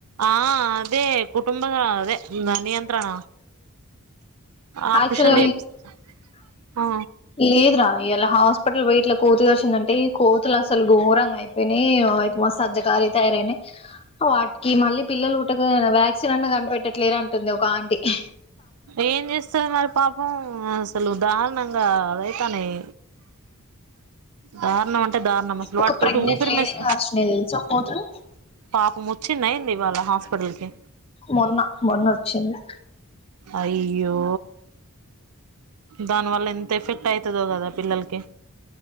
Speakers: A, on the right; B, on the left.
A: ఆ అదే కుటుం ఆ అదే దా నియంత్రణ ఆపరేషన్
B: యాక్చువల్
A: చేపిస్ హా
B: లేద్ రా ఈయాలా హాస్పిటల్ బోయి ఇట్ల కోతి చచ్ టిన్నాంటే ఈ కోతులు అసలు ఘోరంగా అయిపోయినాయి. ఓ సజ్జకారీ గా తయారయినాయి, వాటికి మళ్ళీ పిల్లలు పుట్టకన్ వ్యాక్సిన్ అన్ కనిపెట్ టెట్ లేర్ అంటుంది ఒక ఆంటీ ఆ
A: ఏం చేస్తారు మరి పాపం స్ అసలు దారుణంగా అయితానయి దారుణం అన్ టె దారుణం మసలు
B: ఒక
A: వాటితోటి
B: ప్రెగ్నెంట్
A: ఊపిరి
B: లేడీని
A: మేస్,
B: కరిచినాయి తెలుసా కోతులు
A: పాపం వచ్చిందా ఏంది ఇ వాళ్ళ హాస్ పడల్ కి
B: మొన్న మొన్న వచ్చింది
A: అయ్యో, దానివల్ల ఎంత ఎఫెక్ట్ అవుతదో కదా పిల్లలకి